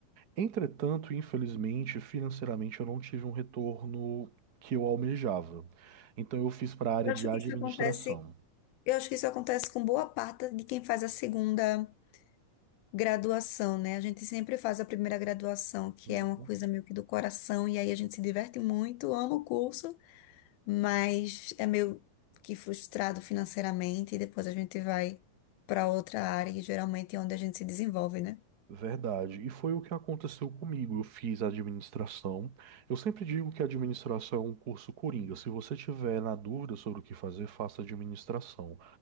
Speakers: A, on the right (about 40°); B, on the left (about 80°).
A: Entretanto, infelizmente, financeiramente, eu não tive um retorno que eu almejava. Então, eu fiz para a área
B: Eu
A: de
B: acho
A: administração.
B: que isso acontece, eu acho que isso acontece com boa parte de quem faz a segunda graduação, né? A gente sempre faz a primeira graduação, que
A: Uhum.
B: é uma coisa meio que do coração, e aí a gente se diverte muito, ama o curso, mas é meio que frustrado financeiramente, e depois a gente vai para outra área, e geralmente é onde a gente se desenvolve, né?
A: Verdade. E foi o que aconteceu comigo. Eu fiz administração. Eu sempre digo que administração é um curso coringa. Se você tiver na dúvida sobre o que fazer, faça administração,